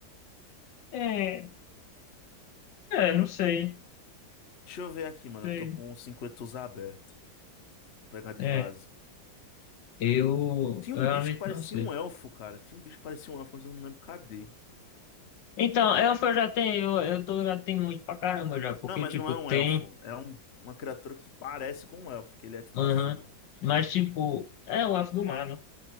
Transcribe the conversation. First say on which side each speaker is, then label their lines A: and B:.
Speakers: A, on the left (about 70°); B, on the left (about 45°).
A: É, é, não sei,
B: Deixa eu ver aqui, mano.
A: não
B: Eu
A: sei.
B: tô com o 50 aberto. Vou pegar de
A: É,
B: base.
A: eu
B: Tinha
A: eu realmente
B: um bicho que parecia
A: não sei.
B: um elfo, cara. Tinha um bicho que parecia um elfo, mas eu não lembro cadê.
A: Então, eu eu já tenho, eu, eu tô, já tenho muito pra caramba já, porque,
B: Não, mas
A: tipo,
B: não é
A: tem,
B: um elfo. É um- uma criatura que parece com um elfo, que ele é tipo
A: aham,
B: azul. Estranho.
A: mas, tipo, é o elfo do mar, né?